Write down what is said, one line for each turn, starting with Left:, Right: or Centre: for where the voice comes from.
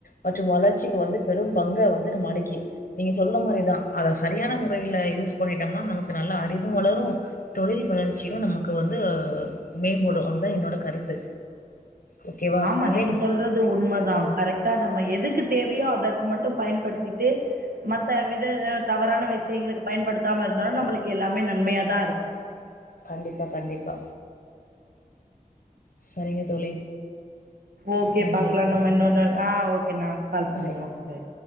Left: மற்றும் வளர்ச்சிக்கு வந்து பெரும் பங்க வந்து நம்ம அளிக்கு நீங்க சொல்ற மாரிதா அத சரியான முறையில யூஸ் பண்ணிட்டம்னா நமக்கு நல்ல அறிவு வளரூன் தொழில் வளர்ச்சியு நமக்கு வந்து மேம்படு அதுதா என்னோட கருத்து ஓகேவா
Right: ஆமா
Left: அதே
Right: நீங்க சொல் றது உண்மதா கரெக்டா நம்ம எதுக்கு தேவையோ அதற்கு மட்டும் பயன்படுத்திட்டு மத்த வித தவறான விஷயங்களுக்கு பயன்படுத்தாம இருந்தாலு நம்மளுக்கு எல்லாமே நன்மையாதா இருக்
Left: கண்டிப்பா கண்டிப்பா சரிங்க தோழி
Right: ஓகே
Left: நன்றி
Right: பாக்கலா
Left: ம்,
Right: நம்ம இன்னொரு
Left: ம்,
Right: நாள்
Left: ப-
Right: ஆ ஓகே நா கால்
Left: பாய்
Right: பண்றே ஓகே பாய்